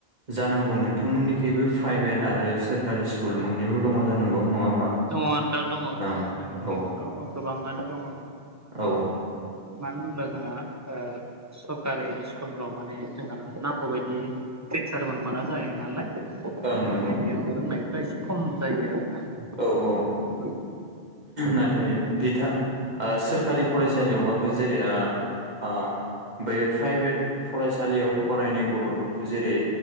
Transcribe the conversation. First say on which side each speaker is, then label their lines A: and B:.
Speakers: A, on the right; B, on the right.
A: जानांगौ नोंथांमोननिखैबो प्राइभेट आरो सोरखारि स्कुल मोननैबो दङ जानांगौ नङा होमबा?
B: दङ नोंथां दं
A: ओं
B: जोंनिथिंथ'
A: औ
B: गोबाङानो दङ।
A: औ
B: मानो होनबा जोंहा ओ सरकारि स्कुलफ्राव माने जोंहा नांगौबायदि टिचारमोन मोना जायो नालाय
A: ओं नंगौ
B: माने बेयाव रोंनायफ्रा एसे खम जायो आरोना।
A: औ औ।
B: <unintelligible>
A: नाथाय बिथा
B: औ
A: सोरखारि ओ फरायसालियावबाबो जेरै‌ आ‌ आ बै प्राइभेट फरायसालियाव फरायनाय गथ' जेरै